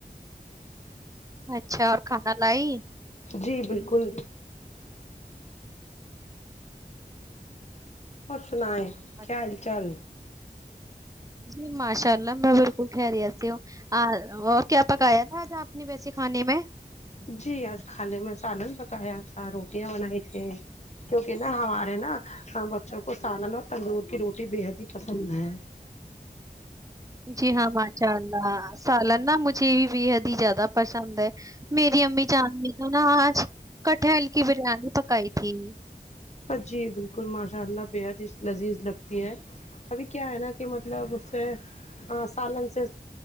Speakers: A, on the right (about 20°); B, on the left (about 45°).
A: اچھا اور کھانا لائی
B: جی بالکل اور سنیں
A: اچھا
B: کیا حال چال
A: جی ماشاء اللہ میں بالکل خیریت سے ہو آ اور کیا پکایا تھا آپ نے ویسے کھانے میں
B: جی آج کھانے میں سالن پکایا تھا روٹیاں بنائی تھے کیونکہ نا ہمارے نا بچوں کو سالن اور تندور کی روٹی بےحد ہی پسند ہے
A: جی ہاں ماں چاننا سالن نہا مجھے بھی بے حد ہی زیادہ پسند ہے میری امی چان نے تو نا آج کٹہل کی بریانی پکائی تھی
B: جی بالکل ماشاء اللہ بےحد ہی لذیذ لگتی ہے ابھی کیا ہے نا کہ مطلب اس سے ہاں سالن سے